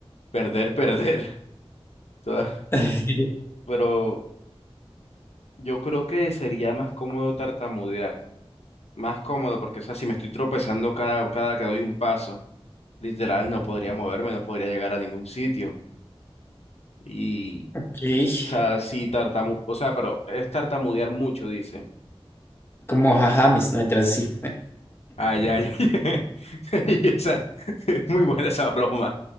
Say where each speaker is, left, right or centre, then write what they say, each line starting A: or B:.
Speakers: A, on the left (about 85°); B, on the left (about 25°).
A: perder, perder. <laughs> Toda-
B: <laughs>
A: Pero Yo creo que sería más cómodo tartamudear, más cómodo porque, o sea, si me estoy tropezando cada, cada que doy un paso, literal no podría moverme, no podría llegar a ningún sitio. Y,
B: Ok,
A: o sea, si tartamu, o sea, pero es tartamudear mucho, dice.
B: como jajames, no me así.
A: ah ya ya <laughs> Y esa, <laughs> es muy buena esa broma.